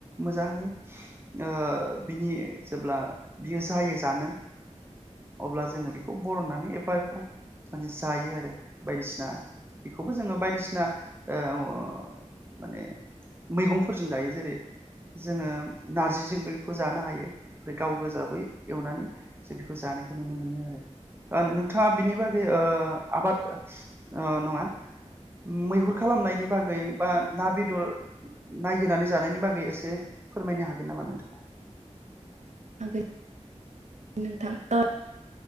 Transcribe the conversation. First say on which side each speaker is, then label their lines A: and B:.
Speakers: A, on the right; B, on the right.
A: मोजाङै ओ बिनि जेब्ला बियो जायो जानो अब्ला जोङो बेखौ बरननानै एफा एफा माने जायो आरो बायदिसिना बेखौबो जोङो बायदिसिना ओ अ माने मैगंफोरजों जायो जेरै जोङो नारजिजोंबो बेखौ जानो हायो ओमफ्राय गाव गोजा बै एवनानै जों बेखौ जानायखौ नुनो मोनो आरो ओ नोंथाङा बिनि बागै ओ आबाद नङा मैहुर खालामनायनि बागै गै बा ना बेदर नायगिरनानै जानायनि बागै एसे फोरमायनो हागोन नामा नोंथाङा?
B: हागोन। नोंथां <unintelligible>